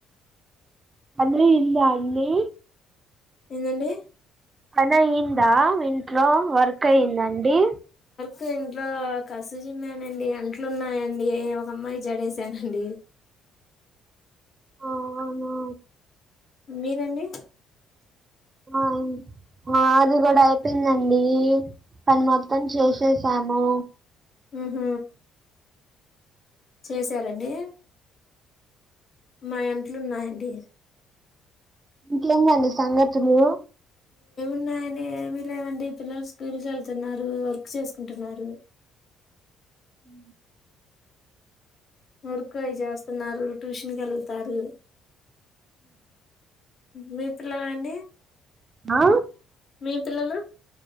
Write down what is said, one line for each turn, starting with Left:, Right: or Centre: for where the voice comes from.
Right: పని అయిందా అండి
Left: ఏందండి
Right: పని అయిందా ఇంట్లో వర్క్ అయింద అండి
Left: క ఇంట్లో కస్సు జిమ్మానండి అంట్లు ఉన్నాయండి ఒక అమ్మాయి జడేసానండి
Right: ఆ అవునా
Left: మీరండి
Right: ఆ మాది కూడా అయిపోయిందండి పని మొత్తం చేసేశాము
Left: మ్ హు చేసారండి మా అంట్లు ఉన్నాయండి
Right: ఇంకేమి అండి సంగతులు
Left: ఏమున్నాయ <unintelligible> ఏమి లేవండి పిల్లలు స్కూల్ వెళ్తున్నారు వర్క్ చేసుకుంటున్నారు
Right: అ
Left: వర్క్ అవి చేస్తున్నారు ట్యూషన్ కి వెళ్తారు మీ పిల్లలండి
Right: ఆ
Left: మీ పిల్లలు